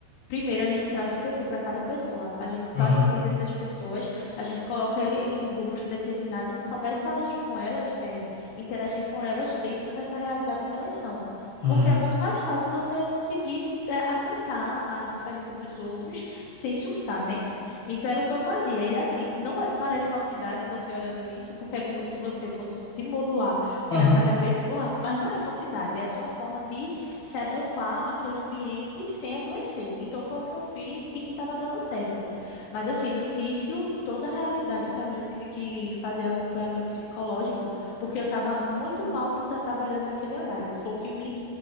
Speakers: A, on the left; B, on the left.
A: Primeiro, a gente traça um perfil para cada pessoa, a gente
B: aham,
A: padroniza essas pessoas, a gente coloca ele em grupos determinados e começa a agir com elas, é, interagir com elas dentro dessa realidade que elas são.
B: aham,
A: Porque é muito mais fácil você conseguir s- é, aceitar a diferença dos outros sem surtar, né? Então era o que eu fazia. E assim, não é- parece falsidade você olhando isso, porque é como se você fosse se modular
B: aham.
A: para cada pessoa, mas não é falsidade, é a sua forma de se adequar àquele ambiente sem adoecer. Então foi o que eu fiz e que estava dando certo. Mas assim, no início, toda a realidade para mim eu tive que fazer acompanhamento psicológico, porque eu estava muito mal por estar trabalhando naquele horário. Foi o que me,